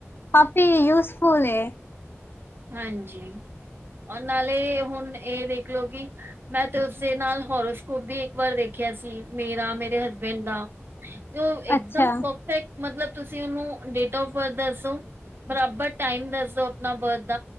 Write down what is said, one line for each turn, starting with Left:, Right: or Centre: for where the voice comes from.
Left: ਕਾਫੀ ਯੂਜਫੁਲ ਏ।
Right: ਹਾਂਜੀ, ਔਰ ਨਾਲੇ ਹੁਣ ਇਹ ਦੇਖ ਲਉ ਕਿ ਮੈਂ ਤੇ ਉਸਦੇ ਨਾਲ ਹੋਰੋਸਕੋਪ ਵੀ ਇੱਕ ਵਾਰ ਦੇਖਿਆ ਸੀ, ਮੇਰਾ ਮੇਰੇ ਹਸਬੈਂਡ ਦਾ। ਤੇ ਉਹ ਇੱਕਦਮ
Left: ਅੱਛਾ
Right: ਪਰਫੇਕਟ ਮਤਲਬ ਤੁਸੀਂ ਉਹਨੂੰ ਡੇਟ ਆਫ ਬਰਥ ਦੱਸੋ, ਬਰਾਬਰ ਟਾਈਮ ਦੱਸੋ ਆਪਣਾ ਬਰਥ